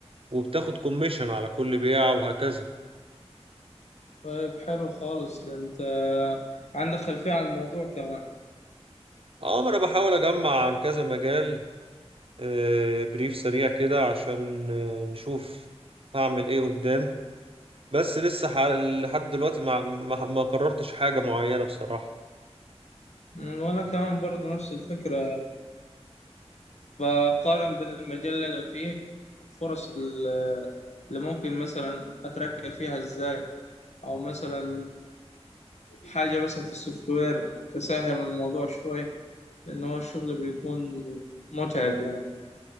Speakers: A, on the right; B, on the left.
A: وبتاخد كوميشن على كل بيعة وهكذا
B: طيب حلو خالص ده انت عندك خلفية عن الموضوع كمان
A: اه ما انا بحاول اجمع عن كذا مجال آه، بريف سريع كده عشان آه، نشوف هعمل ايه قدام بس لسه ح- لحد دلوقتي ما ما ما قررتش حاجة معينة بصراحة
B: مم، وأنا كمان برضو نفس الفكرة بقارن بين المجال اللي أنا فيه فرص ال- اللي ممكن مثلا أترقى فيها إزاي أو مثلا حاجة مثلا في السوفت وير تسهل من الموضوع شوية لأن هو الشغل بيكون متعب يعني